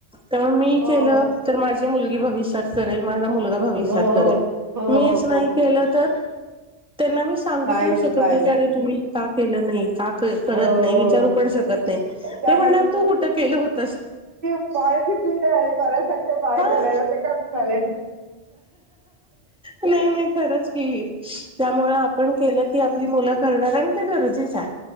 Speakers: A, in the centre; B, on the right.
A: त मी
B: हो
A: केल तर माझी मुल भवीषात करेल माझा मुलगा भविष्यात
B: हो हो हो
A: करेल
B: हो हो
A: मीच
B: हो
A: नाही
B: हो
A: केलं
B: हो
A: तर त्यांना मी सांगू
B: नाहीच
A: पण शकत
B: नाहीच
A: नाही की अरे तुम्ही का केलं नाही का क करत
B: हो हो
A: नाही विचारू
B: हो.
A: पण शकत नाही
B: त्या
A: ते म्हणणार तू कुठं केलं होतस
B: माय दिसून नाही आली मला सगत माय
A: हा
B: करायला त कस झालये
A: नाही नाही खरच की त्यामुळ आपण केलं की आपली मु त्या कर नारन आणि ते गरजे हाय